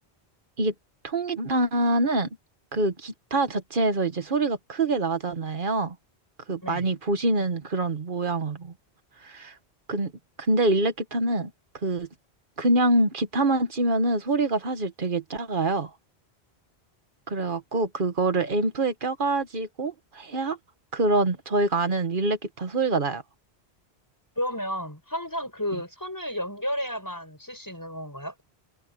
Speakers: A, on the right; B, on the left.
A: 이게 통기타는 그 기타 자체에서 이제 소리가 크게 나잖아요. 그
B: 네.
A: 많이 보시는 그런 모양으로. 근, 근데 일렉 기타는 그, 그냥 기타만 치면은 소리가 사실 되게 작아요. 그래갖고 그거를 앰프에 껴가지고 해야 그런 저희가 아는 일렉 기타 소리가 나요.
B: 그러면 항상 그
A: 네.
B: 선을 연결해야만 쓸 수 있는 건가요?